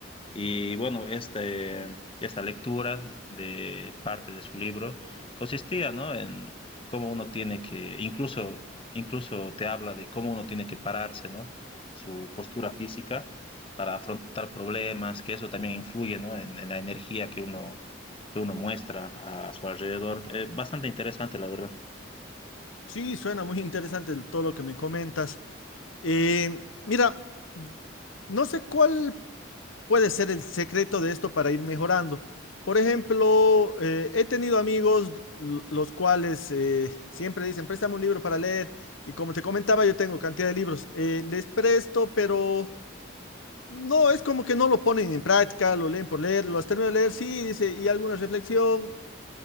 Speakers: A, on the left; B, on the left.
A: Y bueno, este, esta lectura de parte de su libro consistía, ¿no? en cómo uno tiene que, incluso, incluso te habla de cómo uno tiene que pararse, ¿no? su postura física para afrontar problemas, que eso también influye ¿no? en, en la energía que uno, que uno muestra a su alrededor. Eh, bastante interesante, la verdad.
B: Sí, suena muy interesante el- todo lo que me comentas. Eh, mira, no sé cuál puede ser el secreto de esto para ir mejorando. Por ejemplo, eh, he tenido amigos l- los cuales eh, siempre dicen, préstame un libro para leer. Y como te comentaba, yo tengo cantidad de libros. Eh, les presto, pero no, es como que no lo ponen en práctica, lo leen por leer, lo has terminado de leer, sí, dice, y alguna reflexión.